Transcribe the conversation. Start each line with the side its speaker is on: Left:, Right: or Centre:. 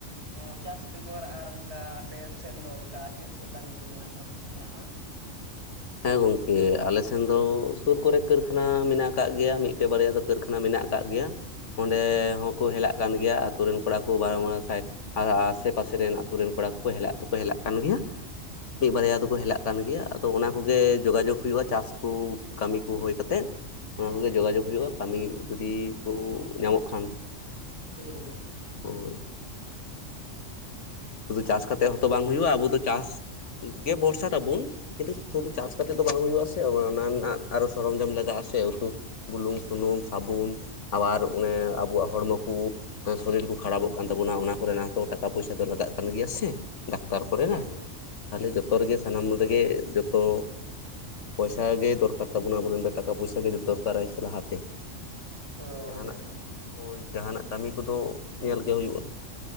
Right: ᱮᱻᱪᱟᱥ ᱵᱮᱜᱚᱨ ᱟᱨ ᱚᱝᱠᱟ ᱟᱯᱮ ᱥᱮᱱ ᱫᱚ ᱚᱱᱠᱟ ᱪᱮᱫ ᱠᱚ ᱠᱟᱹᱢᱤ ᱠᱚ ᱢᱮᱱᱟᱜ ᱢᱮᱱᱟᱜᱼᱟ᱾
Left: ᱦᱮᱸ ᱜᱚᱢᱠᱮ ᱟᱞᱮ ᱥᱮᱱ ᱫᱚ ᱥᱩᱨ ᱠᱚᱨᱮ ᱠᱟᱹᱨᱠᱷᱟᱱᱟ ᱢᱮᱱᱟᱜ ᱠᱟᱜ ᱜᱮᱭᱟ ᱢᱤᱫᱴᱮᱜ ᱵᱟᱨᱭᱟ ᱫᱚ ᱠᱟᱹᱨᱠᱷᱟᱱᱟ ᱢᱮᱱᱟᱜ ᱠᱟᱜ ᱜᱮᱭᱟ ᱚᱸᱰᱮ
Right: ᱦᱩᱸ
Left: ᱦᱚᱸᱠᱚ ᱦᱮᱞᱟᱜ ᱠᱟᱱ ᱜᱮᱭᱟ ᱟᱛᱳ ᱨᱮᱱ ᱠᱚᱲᱟ ᱠᱚ ᱵᱟᱨᱚ ᱟᱨ ᱟᱥᱮ ᱯᱟᱥᱮ ᱨᱮᱱ ᱟᱛᱳ ᱨᱮᱱ ᱠᱚᱲᱟ ᱠᱚᱠᱚ ᱦᱮᱞᱟᱜ ᱫᱚᱠᱚ ᱦᱮᱞᱟᱜ ᱠᱟᱱ ᱜᱮᱭᱟ᱾ ᱢᱤᱫ ᱵᱟᱨᱭᱟ ᱫᱚᱠᱚ ᱦᱮᱞᱟᱜ ᱠᱟᱱ ᱜᱮᱭᱟ ᱟᱫᱚ ᱚᱱᱟ ᱠᱚᱜᱮ ᱡᱳᱜᱟᱡᱳᱜ ᱦᱩᱭᱩᱜᱼᱟ ᱪᱟᱥ ᱠᱩ ᱠᱟᱹᱢᱤ ᱠᱚ ᱦᱩᱭ ᱠᱟᱛᱮᱫ᱾ ᱚᱱᱟ ᱠᱚᱜᱮ ᱡᱳᱜᱟᱡᱳᱜᱽ ᱦᱩᱭᱩᱜᱼᱟ᱾ ᱠᱟᱢᱤ ᱡᱩᱫᱤ ᱠᱩ ᱧᱟᱢᱚᱜ ᱠᱷᱟᱱ᱾
Right: ᱦᱩᱸ ᱦᱩᱸ ᱦᱩᱸ᱾
Left: ᱦᱳᱭ ᱾ ᱥᱩᱫᱷᱩ
Right: ᱚ
Left: ᱪᱟᱥ
Right: ᱟᱪᱪᱷᱟ
Left: ᱠᱟᱛᱮᱜ
Right: ᱟᱪᱪᱷᱟ
Left: ᱦᱚᱸᱛᱚ ᱵᱟᱝ ᱦᱩᱭᱩᱜᱼᱟ᱾ ᱟᱵᱚ ᱫᱚ ᱪᱟᱥ ᱜᱮ ᱵᱷᱚᱨᱥᱟ ᱛᱟᱵᱚᱱ ᱠᱤᱱᱛᱩ ᱥᱩᱫᱷᱩ
Right: ᱦᱩᱸ
Left: ᱪᱟᱥ
Right: ᱦᱩᱸ
Left: ᱠᱟᱛᱮ ᱱᱤᱛᱚᱜ ᱫᱚ ᱵᱟᱵᱩᱱ ᱦᱩᱭᱩᱜᱼᱟ᱾ ᱥᱮ ᱚᱱᱟ ᱨᱮᱱᱟᱜ ᱟᱨᱚ ᱥᱚᱨᱚᱧᱡᱚᱢ ᱞᱟᱜᱟᱜᱼᱟ ᱥᱮ ᱩᱛᱩ ᱵᱩᱞᱩᱝ ᱥᱩᱱᱩᱢ ᱥᱟᱵᱩᱱ ᱟᱵᱟᱨ ᱚᱱᱮ ᱟᱵᱚᱣᱟᱜ ᱦᱚᱲᱢᱚ ᱠᱩ <unintelligible> ᱥᱚᱨᱤᱨ ᱠᱚ ᱠᱷᱟᱨᱟᱯᱚᱜ ᱠᱟᱱ ᱛᱟᱵᱚᱱᱟ ᱚᱱᱟ ᱠᱚᱨᱮᱱᱟᱜ, ᱛᱚ ᱴᱟᱠᱟ ᱯᱩᱭᱥᱟ ᱫᱚ ᱞᱟᱜᱟᱜ ᱠᱟᱱ ᱜᱮᱭᱟ ᱥᱮ ᱰᱟᱠᱛᱟᱨ ᱠᱚᱨᱮᱱᱟᱜ
Right: ᱦᱳᱭ ᱦᱳᱭ ᱦᱳᱭ
Left: ᱛᱟᱦᱚᱞᱮ ᱡᱚᱛᱚ ᱨᱮᱜᱮ ᱥᱟᱱᱟᱢ ᱨᱮᱜᱮ ᱡᱚᱛᱚ ᱯᱚᱭᱥᱟ ᱜᱮ ᱫᱚᱨᱠᱟᱨ ᱛᱟᱵᱚᱱᱟ ᱟᱵᱚᱨᱮᱱ ᱴᱟᱠᱟ ᱯᱚᱭᱥᱟ ᱜᱮ ᱡᱚᱛᱚ ᱫᱚᱨᱠᱟᱨᱟᱭ ᱥᱮ ᱞᱟᱦᱟᱛᱮ
Right: ᱦᱳᱭ
Left: ᱡᱟᱦᱟᱱᱟᱜ ᱦᱳᱭ ᱡᱟᱦᱟᱱᱟᱜ ᱠᱟᱹᱢᱤ ᱠᱚᱫᱚ ᱧᱮᱞ ᱜᱮ ᱦᱩᱭᱩᱜᱼᱟ᱾